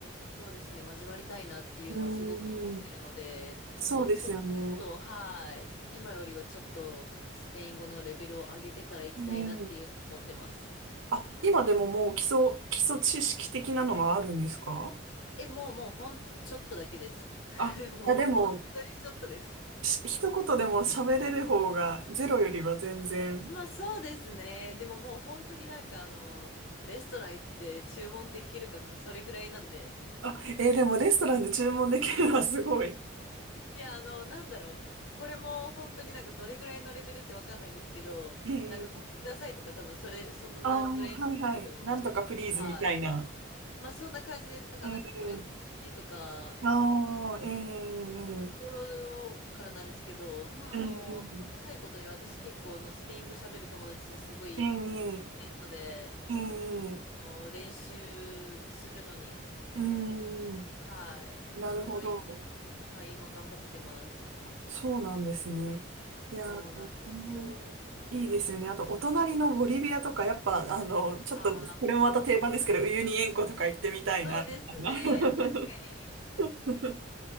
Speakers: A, on the left; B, on the right.
A: そうですね、交わりたいなっていうのはすごく思ってるので、
B: うーん、そうですよね。
A: もうちょっと、はい。今よりはちょっと、スペイン語のレベルを上げてから行きたいなっていうのを思ってます。
B: うん。あ、今でももう基礎、基礎知識的なのはあるんですか
A: え、もう、もう、ほんとちょっとだけです。<laughs>
B: あ、
A: もう、
B: いやでも、
A: 本当にちょっとです。
B: し一言でも喋れる方がゼロよりは全然。
A: まあそうですね。でももう本当になんかあの、レストラン行って注文できるかとかそれぐらいなんで。
B: あ、えーでもレストランで注文できるのはすごい。
A: いや、あの、なんだろう。これも本当になんかどれぐらいのレベルってわかんないですけど、
B: うん。
A: なんかこれくださいとか多分それ、そんなぐらいなんですけど、
B: ああ、はいはい。なんとかプリーズみたいな。
A: はい。まあそんな感じですとか、
B: うん。
A: なんかこれも一緒にとか、
B: ああ、ええうんうん
A: ところからなんですけど、まああの、
B: うん
A: ありがたいことに私結構あのスペイン語喋る友達すごい
B: ええ
A: いるので、
B: ええ
A: あの、練習するのに、
B: うんうん
A: はい。
B: なるほど。
A: ちょうどいいのに、まあ今頑張ってます。
B: そうなんですね。
A: そうなんですよ。
B: いやー、ねいいですよね。あと、お隣のボリビアとか、やっぱ、あの、ちょっと、
A: ああ。
B: これもまた定番ですけど、ウユニ塩湖とか行ってみたいな。
A: そうですね。
B: みたいな
A: 確かに。
B: <laughs>